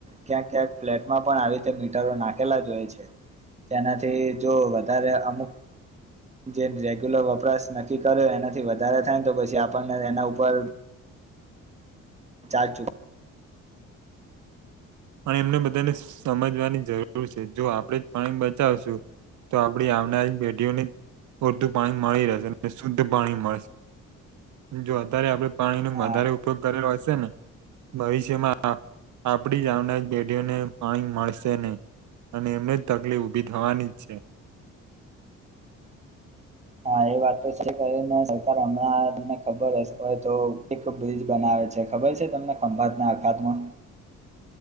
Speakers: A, on the right (about 20°); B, on the right (about 75°).
A: ક્યાંક ક્યાંક ફ્લેટમાં પણ આવી રીતે મીટરો નાખેલા જ હોય છે. તેનાથી જો વધારે અમુક જે રેગ્યુલર વપરાશ ન તી કરે એનાથી વધારે થાય ન તો પછી આપણને એના ઉપર ચાર્જ ચુ
B: પણ એમને બધાને સમજવાની જરૂર છે જો આપણેે જ પાણી બચાવશું તો આપ આપડી આવનારી પેઢીઓને પૂરતું પાણી મળી રહેશે અને શુદ્ધ પાણી મળશે. જો અત્યારે આપડે પાણી નો
A: હા
B: વધારે ઉપયોગ કરેલો હશે ને ભવિષ્યમાં આપડી જ આ પેઢીઓને પાણી મળશે નહીં અને એમને જ તકલીફ ઉભી થવાની જ છે.
A: હા એ વાત તો છે, કરી ને સરકાર હમણાં તમને ખબર હશ હોય તો એક બ્રિજ બનાવે. <unintelligible> ખબર છે તમને ખંભાત ના અખાતમાં.